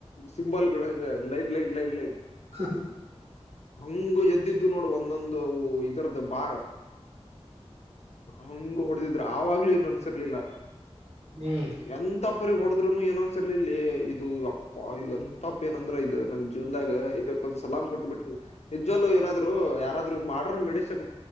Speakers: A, on the left (about 80°); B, on the right (about 70°).
A: ಸಿಂಬಾಲ್ ಗಳು ಲೈಟ್ ಲೈಟ್ ಲೈಡ್ ಲೈಟ್
B: ಹಾ ಹಾ
A: ಹಂಗ ಎದ್ದಿದ್ದು ನೋಡು ಒಂದೊಂದು ಇದರದ್ದ ಬಾರ ಹಂಗ ಹೊಡೆದಿದ್ರು ಆವಾಗ್ಲೂ ಏನ್ ಅನ್ಸಿರ್ಲಿಲ್ಲ
B: ಹ್ಮ್
A: ಎಂತ ಪರಿ ಕೊಡ ಇದ್ರುನು ಏನೊಂದ್ಸರಿ ಇಲ್ಲಿ ಇದು ಅಪ್ಪ ಎಂತಪ್ಪ ಏನಂದ್ರ ಇದು ನನ್ ಜೀವನ್ದಾಗ ಇದ ಒಂದ್ ಸಲಾಮ್ ಕೊಟ್ಬಿಟ ನಿಜ್ವಲ್ಲಲು ಏನಾದ್ರು ಯಾರಾದರೂ ಮಾಡರ್ನ್ ಮೆಡಿಸನ್